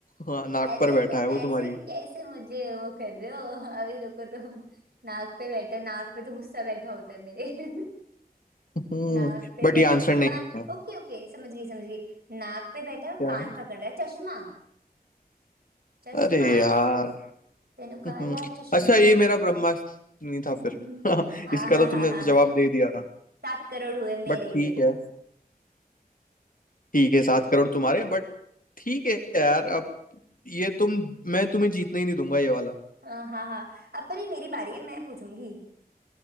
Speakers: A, on the left (about 60°); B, on the right (about 85°).
A: हाँ नाक
B: अरे
A: पर बैठा
B: तुम
A: है
B: ऐसे
A: वो तुम्हारी
B: कैसे मुझे वो कर रहे हो <laughs> अभी रुको तुम नाक पे बैठा नाक पे तो गुस्सा बैठा होता है मेरे <laughs>
A: हम्म
B: नाक पे
A: बट
B: बैठा
A: ये आंसर
B: है
A: नहीं
B: कान
A: है
B: ओके ओके समझ गई समझ गई नाक पे बैठा है और
A: क्या
B: कान पकड़ रहा है चश्मा चश्मा
A: अरे यार
B: तेनु काला
A: हम्म,
B: चश्मा
A: अच्छा ये मेरा ब्रह्मास्त्र नहीं था
B: <laughs>
A: फिर <laughs>
B: हाँ
A: इसका
B: हाँ
A: तो
B: हाँ
A: तुमने
B: हाँ हाँ
A: जवाब दे दिया
B: सात करोड़ हुए मेरे
A: बट ठीक है ठीक है सात करोड़ तुम्हारे बट ठीक है यार अब ये तुम मैं तुम्हें जीतने ही नहीं दूंगा ये वाला
B: हाँ हाँ हाँ अब पर ये मेरी बारी है मैं पूछूंगी